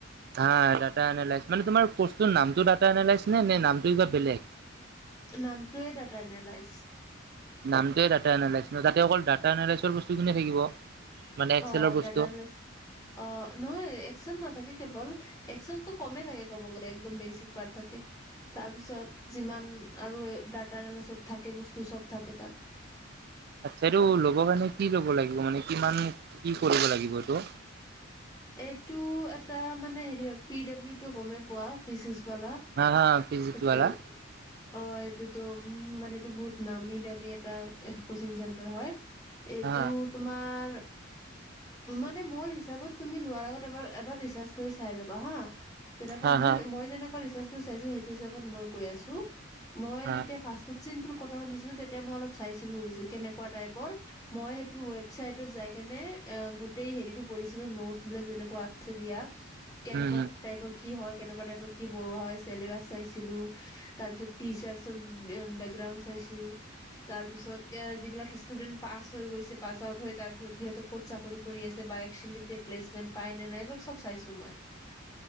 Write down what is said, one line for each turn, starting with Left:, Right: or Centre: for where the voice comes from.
Right: হা ডাটা নলেছ, মানে তোমাৰ পষ্টোৰ নামটো ডাটা নলেছ নে, নে নামটো কিবা বেলেগ?
Left: নামটোয়ে দটা নলাইচ।
Right: নামটোৱে ডাটা নলেছ, না তাতে অকল ডাটা এনালিচৰ বস্তু কোনে থাকিব? মানে এক্সেলৰ
Left: অ
Right: বস্তু
Left: দাতা নলেছ, অ নহয় একচল নাথাকে কেৱল। এক্সেলটো কমেই থাকে ক'ব গ'লে একদম বেচিক পাৰ্ট থাকে। তাৰ পিছত যিমান আৰু ডাটা এনালাইচত থাকে বস্তু চব থাকে তাত। <unintelligible>
Right: আচ্ছা এইটো ল'ব কাৰণে কি ল'ব লাগিব মানে, কিমান কি কৰিব লাগিব এইটো?
Left: এইটো এটা মানে হেৰি হয় পি ডাব্লিউ টো গমেই পোৱা ফিচচ। ভালা,
Right: হা হা ফিজিক্স
Left: এইটো,
Right: ৱালা
Left: অ এইটোতো উম মানে এইটো বহুত নামি দামী এটা কচিং চেন্টাৰ হয়। এইটো
Right: হা
Left: তোমাৰ মানে, মোৰ হিচাপত তুমি লোৱাৰ আগত এবাৰ এবাৰ ৰিচাৰ্জ কৰি চাই ল'বা হা, তেনেকা
Right: হা
Left: মোৰ
Right: হা
Left: মই যেনেকা ৰিচাজ মই চাইছোঁ হেইটো হিচাপত মই কৈ আছোঁ, মই
Right: হা
Left: যেতিয়া ফাৰ্ষ্ট চিনটোৰ কথা শুনিছিলো তেতিয়া মই অল চাইছিলো যে কেনেকুৱা টাইপৰ, মই সেই ৱেবচাইদত জাই কিনে অ, গোটেই হেৰিতটো পঢ়িছিলো ন বিলাক যেনেকুৱা আছে দিয়া কেনেকুৱা
Right: উম উম
Left: টাইপৰ কি হয়। কেনেকুৱা টাইপৰ কি পঢ়োৱা হয় চেলেবাছ চাইছিলো, তাৰ পিছত টিচাৰছৰ বেকগ্ৰাউণ্ড চাই চো তাৰ পিছত যিবিলাক ইষ্টুদেন্ত পাছ হৈ গৈছে, পাছ আউট হয় তাৰ পিছত সিহতক কত চা কৰি - কৰি আছে বা একশ্যৱেলী তে প্লেচমেণ্ট পাই নে নাই এইবিলাক চব চাইছো মই,